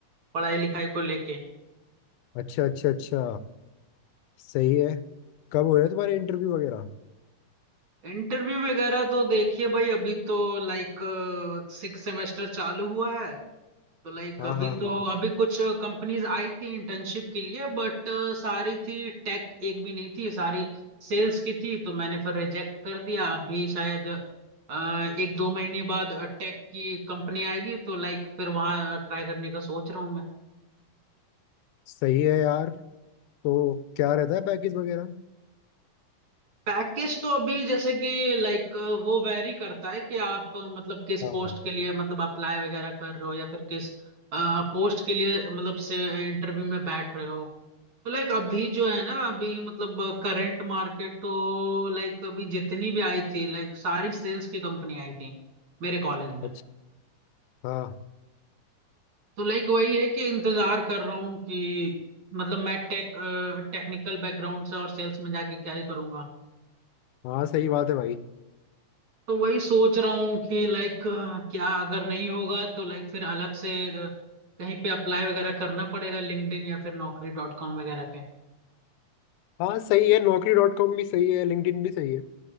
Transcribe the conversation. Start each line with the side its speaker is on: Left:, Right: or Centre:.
Right: पढ़ाई लिखाई को लेके
Left: अच्छा अच्छा अच्छा सही है कब हो रहे तुम्हारे इंटरव्यू वगैरह
Right: इंटरव्यू वगैरह तो देखिए भाई अभी तो लाइक सिक्स सेमेस्टर चालू हुआ है तो लाइक
Left: हाँ
Right: अभी
Left: हाँ
Right: तो
Left: हाँ
Right: अभी कुछ कंपनीज आई थी इंटर्नशिप के लिए बट सारी थी टेक एक भी नहीं थी सारी सेल्स की थी तो मैंने फिर रिजेक्ट कर दिया अभी शायद अ, एक दो महीने बाद टेक की कंपनी आएगी तो लाइक फिर वहां ट्राई करने का सोच रहा हूँ मैं
Left: सही है यार तो क्या रहता है पैकेज वगैरह
Right: पैकेज तो अभी जैसे कि लाइक वो वैरी करता है कि आप अ, मतलब किस
Left: हाँ
Right: पोस्ट
Left: हाँ
Right: के लिए मतलब अप्लाई वगैरह कर रहे हो या फिर किस पोस्ट के लिए मतलब से इंटरव्यू में बैठ रहे हो तो लाइक अभी जो है ना अभी मतलब करंट मार्केट तो लाइक अभी जितनी भी आई थी लाइक सारी सेल्स की कंपनी आई थी मेरे कॉलेज में
Left: अच्छा हाँ
Right: तो लाइक वही है कि इंतजार कर रहा हूँ कि मतलब मैं टेक टेक्निकल बैकग्राउंड से और सेल्स में जाके क्या ही करूंगा
Left: हाँ सही बात है भाई
Right: तो वही सोच रहा हूँ कि लाइक क्या अगर नहीं होगा तो लाइक फिर अलग से अ, कहीं पे अप्लाई वगैरह करना पड़ेगा लिंक्डइन या फिर नौकरी डॉट कॉम वगैरह पे
Left: हाँ सही है नौकरी डॉट कॉम भी सही है लिंक्डइन भी सही है